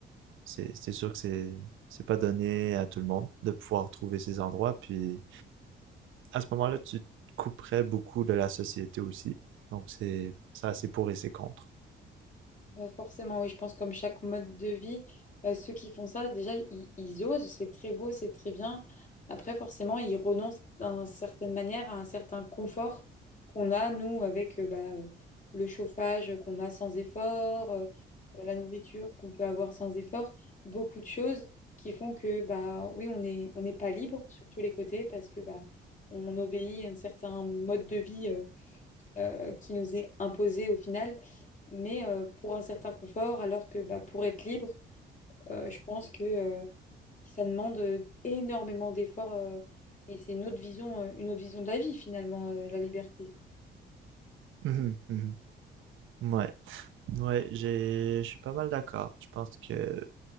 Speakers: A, on the right; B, on the left.
A: c'est c'est sûr que c'est c'est pas donné à tout le monde de pouvoir trouver ces endroits. Puis à ce moment-là, tu te couperais beaucoup de la société aussi. Donc c'est ça, c'est pour et c'est contre.
B: Euh, forcément, oui, je pense comme chaque mode de vie, euh, ceux qui font ça, déjà, ils, ils osent, c'est très beau, c'est très bien. Après, forcément, ils renoncent d'une certaine manière à un certain confort qu'on a, nous, avec euh, bah, euh, le chauffage qu'on a sans effort, euh, euh, la nourriture qu'on peut avoir sans effort, beaucoup de choses qui font que, bah, oui, on est, on n'est pas libre sur tous les côtés parce que bah, on obéit à un certain mode de vie euh, euh, qui nous est imposée au final, mais euh, pour un certain confort, alors que bah, pour être libre, euh, je pense que euh, ça demande euh, énormément d'efforts euh, et c'est une autre vision, euh, une autre vision de la vie finalement, euh, la liberté.
A: Mhm, mhm. Ouais, ouais, j'ai, je suis pas mal d'accord. Je pense que